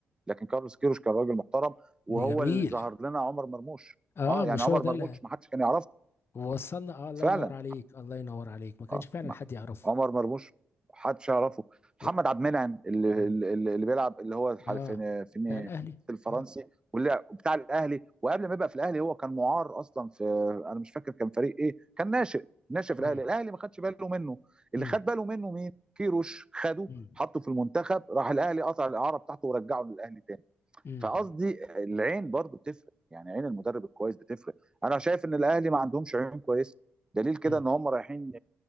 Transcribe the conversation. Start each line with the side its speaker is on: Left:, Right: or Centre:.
Right: لكن كارلوس كيروش كان راجل محترم وهو
Left: جميل
Right: اللي ظهر لنا عمر مرموش
Left: اه
Right: اه يعني
Left: مش
Right: عمر
Left: هو ده
Right: مرموش
Left: اللي
Right: ما حدش كان يعرفه
Left: وصلنا اه الله
Right: فعلا
Left: ينور عليك الله ينور عليك ما كانش
Right: اه
Left: فعلا
Right: ما-
Left: حد يعرفه
Right: عمر مرموش محدش يعرفه
Left: و-
Right: محمد عبد المنعم اللي
Left: مم.
Right: اللي, اللي بيلعب اللي هو الح-
Left: اه
Right: في في
Left: بتاع الاهلي
Right: في الفرنسي
Left: اه
Right: واللي بتاع الاهلي وقبل ما يبقى في الاهلي هو كان معار اصلا في انا مش فاكر كان فريق ايه كان ناشئ ناشئ في
Left: امم
Right: الاهلي الاهلي ما خدش باله منه اللي
Left: امم
Right: خد باله منه مين كيروش خده
Left: امم
Right: حطه في المنتخب راح الاهلي قطع الاعاره بتاعته ورجعه للاهلي تاني
Left: امم
Right: فقصدي العين برضو بتفرق يعني عين المدرب الكويس بتفرق انا شايف ان الاهلي ما عندهمش عيون كويسه دليل كده
Left: امم
Right: ان هم رايحين